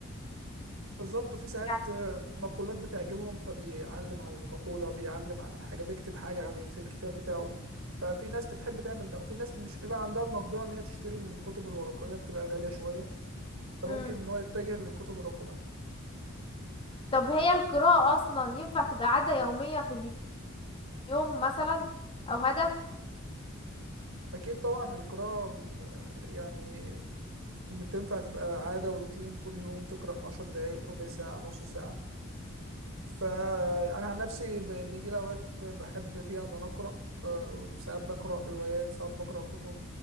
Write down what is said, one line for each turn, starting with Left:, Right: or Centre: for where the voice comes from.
Right: بالظبط وفي ساعات
Left: يعني
Right: آه، مقولات بتعجبهم فبيعلم على المقولة بيعلم على الحاجة بيكتب حاجة على في الكتاب بتاعه ففي ناس بتحب تعمل ده وفي ناس مش بيبقى عندها المقدرة إن هي تشتري الكتب الورقية بتبقى غالية شوية فممكن
Left: امم
Right: إن هو يتجه للكتب الرقمية
Left: طب هي القراءه اصلا ينفع تبقى عاده يوميه في اليوم مثلا او هدف
Right: أكيد طبعا القراءة آه، يعني تنفع تبقى عادة وروتين كل يوم تقرأ عشر دقايق ربع ساعة نص ساعة فأنا عن نفسي ب- بيجي لي أوقات ب- بحب فيها إن أنا أقرأ آه، ساعات بقرأ روايات ساعات بقرأ كتب